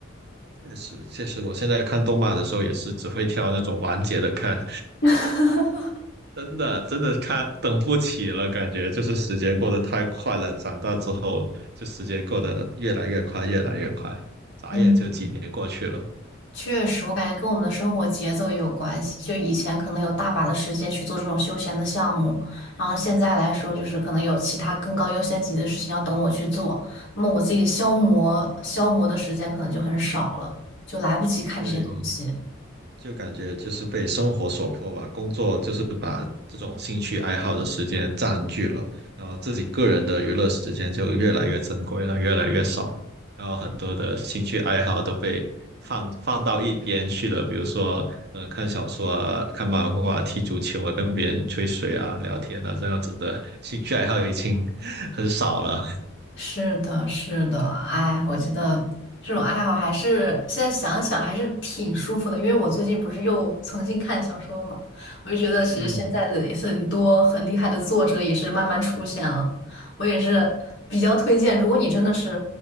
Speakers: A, on the right; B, on the left.
A: 确实确实，我现在看动漫的时候也是只会挑那种完结的看，
B: <laughs>
A: 真的真的看等不起了，感觉就是时间过得太快了。长大之后，就时间过得越来越快，越来越快，眨眼就几年过去了。
B: 嗯，确实，我感觉跟我们的生活节奏也有关系。就以前可能有大把的时间去做这种休闲的项目，然后现在来说，就是可能有其他更高优先级的事情要等我去做，那么我自己消磨消磨的时间可能就很少了，就来不及看这些东西。
A: 对，就感觉就是被生活所迫吧，工作就是把这种兴趣爱好的时间占据了，然后自己个人的娱乐时间就越来越珍贵了，越来越少，然后很多的兴趣爱好都被放放到一边去了，比如说，呃，看小说啊，看漫画啊，踢足球啊，跟别人吹水啊，聊天啊，这样子的兴趣爱好已经 <laughs> 很少了。
B: 是的，是的，哎，我觉得这种爱好还是现在想想还是挺舒服的，因为我最近不是又重新看小说了嘛，我就觉得其实现在的很多很厉害的作者也是慢慢出现了，
A: <laughs> 嗯，
B: 我也是比较推荐，如果你真的是